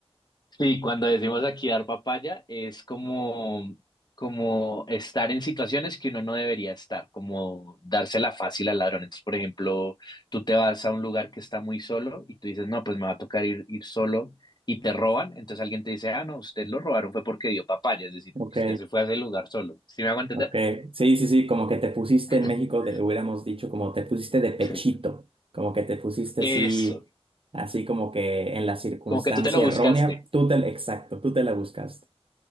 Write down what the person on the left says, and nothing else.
Sí, cuando decimos aquí dar papaya, es como, como estar en situaciones que uno no debería estar, como dársela fácil al ladrón. Entonces, por ejemplo, tú te vas a un lugar que está muy solo y tú dices, no, pues me va a tocar ir, ir solo y te roban. Entonces alguien te dice, ah, no, usted lo robaron fue porque dio papaya, es decir,
porque usted se fue a ese lugar solo. ¿Sí me hago entender?
<laughs>
Sí.
Eso,
como que tú te lo buscaste.